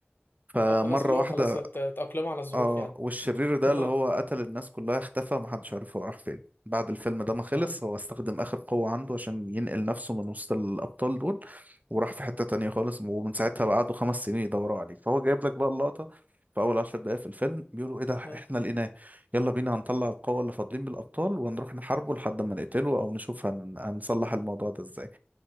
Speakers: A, on the right; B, on the left.
A: فمرة
B: اه خلاص اللي
A: واحدة
B: هو خلاص ات- اتأقلموا على الظروف
A: اه
B: يعني
A: والشرير
B: <laughs>
A: ده
B: اه
A: اللي هو قتل الناس كلها اختفى محدش عارف هو راح فين بعد الفيلم ده ما خلص
B: اه
A: هو استخدم آخر قوة عنده عشان ينقل نفسه من وسط الأبطال دول وراح في حتة تانية خالص ومن ساعتها بقى قعدوا خمس سنين يدوروا عليه فهو جايب لك بقى اللقطة في أول عشر دقايق في الفيلم بيقولوا إيه ده إحنا
B: اه
A: لقيناه يلا بينا هنطلع القوة اللي فاضلين بالأبطال وهنروح نحاربه لحد ما نقتله أو نشوف هن... هنصلح الموضوع ده إزاي